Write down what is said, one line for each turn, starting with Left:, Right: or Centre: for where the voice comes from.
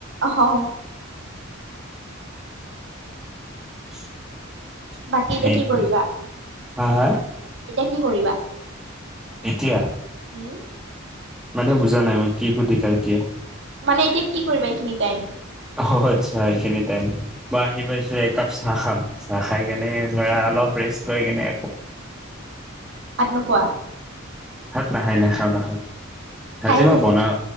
Right: অ
Centre: <unintelligible>
Right: বাকী
Centre: সেইটোৱে
Right: এতিয়া কি কৰিবা।
Centre: হা হা।
Right: এতিয়া কি কৰিবা।
Centre: এতিয়া।
Right: উম
Centre: মানে বুজা নাই মই কি সুধিলা এতিয়া।
Right: মানে এতিয়া কি কৰিবা এইখিনি টাইম।
Centre: অ আচ্ছা এইখিনি টাই মই আহি পাইছো একাপ চাহ খাম চাহ খাই কেনে ধৰা অলপ ৰেষ্ট লৈ কেনে।
Right: কেনেকুৱা।
Centre: ভাত নাই না খাওঁ না খাওঁ।
Right: খাই
Centre: আজি
Right: আহিছা
Centre: মই বনাম।
Right: চাগে